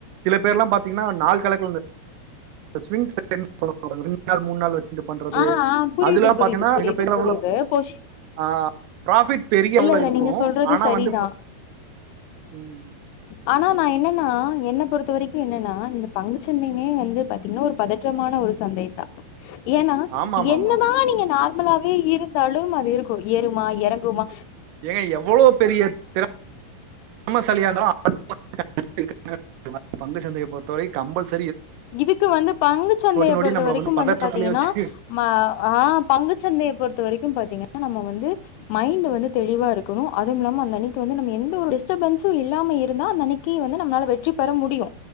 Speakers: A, on the right; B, on the left.
A: சில பேர்ல்லா பாத்தீங்னா நாள் கணக் குழந்த ஸ்விங் <unintelligible> ரெண்டு நாள் மூணு நாள் வெச் இது பண்றது
B: ஆ, ஆ புரியுது,
A: அதுலா
B: புரியுது,
A: பாத்தீன்னா
B: புரியுது,
A: மிகப்பெரியவுல
B: புரியுது. பொஷ்
A: ஆஹ் பிராஃபிட் பெரியவுல
B: இல்ல, இல்ல
A: இருக்கு
B: நீங்க சொல்றது
A: ஆனா
B: சரிதான்.
A: வந்து பாத் உம்
B: ஆனா நா என்னன்னா என்ன பொறுத்த வரைக்கு என்னன்னா இந்த பங்கு சந்தையினே வந்து பாத்தீங்கனா ஒரு பதற்றமான ஒரு சந்தை தா ஏனா
A: ஆமா ஆமா
B: என்னதா
A: ஆமா
B: நீங்க நாள் நம்மளாவே இருந்தாலும் அது இருக்கு ஏறுமா எறங்குமா
A: ஏ எவ்ளோ பெரிய திறம சாலியா இருந்தாலூ அ <unintelligible> பங்கு சந்தைய பொறுத்தவரை கம்பல்ஸ
B: இதுக்கு வந்து பங்குச்சந்தய
A: நொடி
B: பொறுத்த
A: நம்மள
B: வரைக்கு வந்து
A: பதற்றத்திலே
B: பாத்தீங்கனா
A: வச்சு
B: ஆஹ் பங்குச்சந்தய பொறுத்த வரைக் வந்து பாத்திங்கனா நம்ப வந்து மைன்டு வந்து தெளிவா இருக்கணு அதுவும் இல்லாம அந்த அன்னைக்கு வந்து நம்ப எந்த ஒரு டிஸ்டபுன்ஸ்சு இல்லாம இருந்தா அந்த அன்னைக்கு வந்து நம்மளால வெற்றி பெற முடியு.